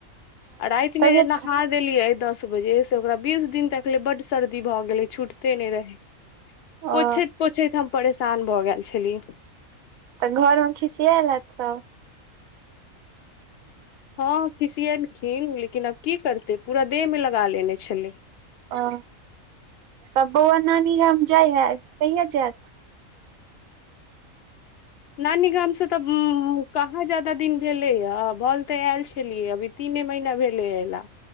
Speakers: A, on the left; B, on the right.
A: आ राइत
B: तबियत
A: मे जे नहा देलियै दस बजे से ओकरा बीस दिन तकले बड सर्दी भऽ गेलै छूटते नहि रहय।
B: ओ
A: पोछैत पोछैत हम परेशान भऽ गेल छली।
B: तऽ घर मे खिसियाल हैत सब?
A: हँ खिसियेलखिन लेकिन आब की करतय पूरा देह मे लगा लेने छलै।
B: ओ त बउआ नानी गाम जाइ हैत कहिया जायत?
A: नानी गाम से तऽ कहाँ ज्यादा दिन भेलैया भल तऽ आयल छलियै अभी। तीने महिना भेलै अइला।